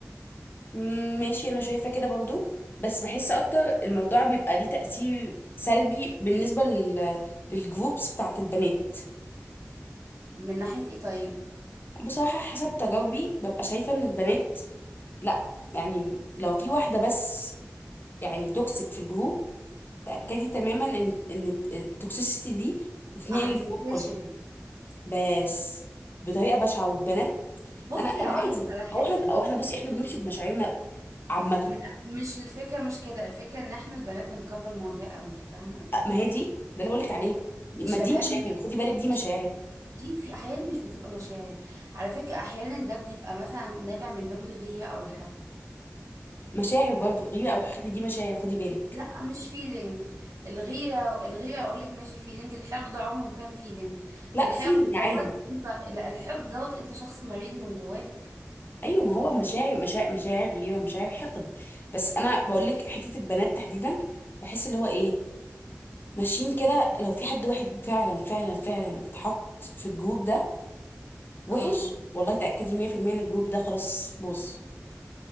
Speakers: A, on the left (about 40°); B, on the right (about 85°).
A: مم، ماشي أنا شايفة كده برضو بس بحس أكتر الموضوع بيبقى ليه تأثير سلبي بالنسبة لل... للجروبس بتاعت البنات
B: من ناحيه ايه طيب
A: بصراحة حسب تجاربي ببقى شايفة ان البنات لا يعني لو في واحدة بس يعني توكسيك في الجروب تأكدي تماما ان ان التوكسيسيتي دي هتنقل
B: آه، هتنتشر
A: الجروب كله بس بطريقه بشعه والبنات
B: بصي
A: انا انا
B: هقولك
A: عادي
B: على حاجه
A: او احنا او احنا بصي احنا بنمشي بمشاعرنا عامه
B: لا مش الفكرة مش كده الفكرة ان احنا البنات بنكبر مواضيع قوي فاهمة
A: أ- ما هي دي ده اللي بقول لك عليه ما
B: الشباب
A: دي مشاعر
B: مش
A: خدي بالك دي مشاعر
B: مش- دي في احيان مش بتبقى مشاعر على فكرة احيانا ده بيبقى مثلا نابع من باب الغيرة او الحقد
A: مشاعر برضه غيره او حقد دي مشاعر خدي بالك
B: لا مش فيلينج الغيرة الغيرة اقول لك ماشي فيلينج الحقد عمره ما كان فيلينج
A: لا
B: الحقد
A: فيلينج
B: دوت
A: عادي
B: انت لا الحقد دوت انت شخص مريض من جواك
A: ايوه ما هو مشاعر مشاعر مشاعر غيره مشاعر حقد بس انا بقول لك حته البنات تحديدا بحس اللي هو ايه ماشيين كده لو في حد واحد فعلا فعلا فعلا اتحط في الجروب ده وحش
B: اه
A: والله تاكدي 100% ان الجروب ده خلاص باظ